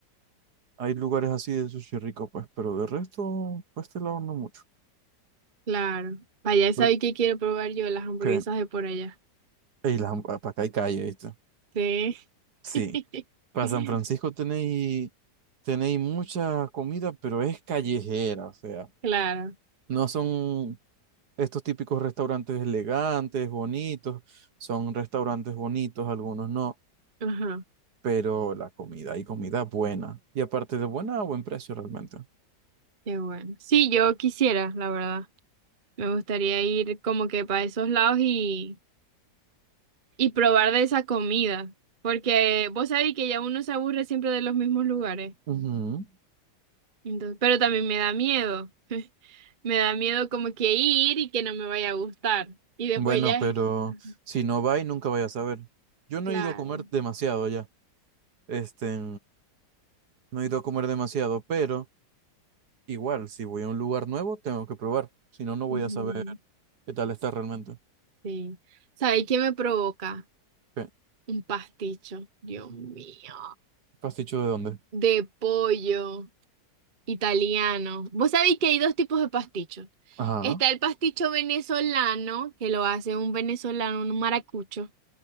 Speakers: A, on the right; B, on the right.
A: hay lugares así de sushi rico, pues, pero de resto, para este lado no mucho.
B: Claro. Para allá sabéis
A: Pero,
B: que quiero probar yo las hamburguesas
A: ¿Qué?
B: de por allá.
A: Ey, las ham- para acá hay calle, ¿viste?
B: Sí.
A: Sí,
B: <laughs>
A: para San Francisco tenéis, tenéis mucha comida, pero es callejera, o sea,
B: Claro.
A: no son estos típicos restaurantes elegantes, bonitos, son restaurantes bonitos, algunos no,
B: Ajá.
A: pero la comida, hay comida buena, y aparte de buena, a buen precio realmente.
B: Qué bueno. Sí, yo quisiera, la verdad. Me gustaría ir como que para esos lados y, y probar de esa comida. Porque vos sabéis que ya uno se aburre siempre de los mismos lugares.
A: Ujú.
B: Entonces, pero también me da miedo. <laughs> Me da miedo como que ir y que no me vaya a gustar. Y después
A: Bueno,
B: ya.
A: pero
B: Ajá,
A: si no va y nunca vaya a saber. Yo no
B: Claro.
A: he ido a comer demasiado ya. Este, no he ido a comer demasiado, pero igual, si voy a un lugar nuevo, tengo que probar. Si no, no
B: Ujú,
A: voy a saber qué tal está realmente.
B: Sí. ¿Sabéis qué me provoca?
A: ¿Qué?
B: Un pasticho. Dios mío.
A: ¿Pasticho de dónde?
B: De pollo italiano. Vos sabéis que hay dos tipos de pastichos.
A: Ajá.
B: Está el pasticho venezolano, que lo hace un venezolano, un maracucho.